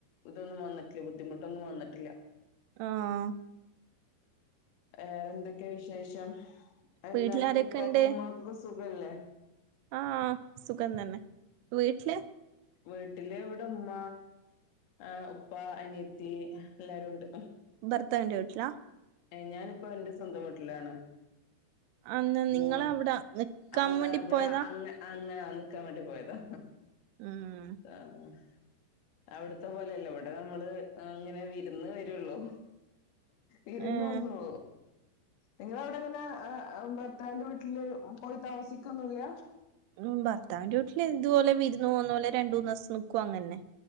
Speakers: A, on the left; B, on the right.
A: ഇതൊന്നും വന്നിട്ടില്ല ബുദ്ധിമുട്ടൊന്നും വന്നിട്ടില്ല
B: ആഹ്
A: വേറെ എന്തൊക്കെയ വിശേഷം എല്ലാർക്കും
B: വീട്ടിലാരൊക്കെ
A: ഉപ്പക്കും
B: ഇണ്ട്
A: ഉമ്മക്കക്ക സുഖല്ലേ
B: ആഹ് സുഖം തന്നെ വീട്ടില്
A: വീട്ടിൽ ഇവിടെ ഉമ്മ ആ ഉപ്പ അനിയത്തി എല്ലരുണ്ട്
B: ഭർത്താവിന്റെ വീട്ടിലാ
A: ഏ ഞാനിപ്പോ എന്റെ സ്വന്തം വീട്ടിലാണ്
B: അന്ന്
A: മോ
B: നിങ്ങളവിടെ നിക്കാൻ
A: ആഹ്
B: വേണ്ടി
A: ആഹ് ഇവിടെ
B: പോയതാ
A: അങ്ങ അങ്ങാ നിക്കാൻ വേണ്ടി പോയതാ
B: ഉം
A: ആഹ്. അവ്ട്ത്ത പോലെയല്ല ഇവിടെ നമ്മള് അങ്ങനെ വിര്ന്ന് വരുള്ളൂ. വിര്ന്നു
B: ഏഹ്
A: വന്നോ? നിങ്ങള അവ്ടെങ്ങനെ എഹ് ഭർത്താവിന്റെ വീട്ടില് പോയി താമസിക്കൊന്നുല്ല.
B: ഉം ഭർത്താവിന്റെ വീട്ടില് ഇതുപോലെ വിര്ന്നു പോന്ന പോലെ രണ്ട് മൂന്ന്സം നിക്കും അങ്ങന് ന്നെ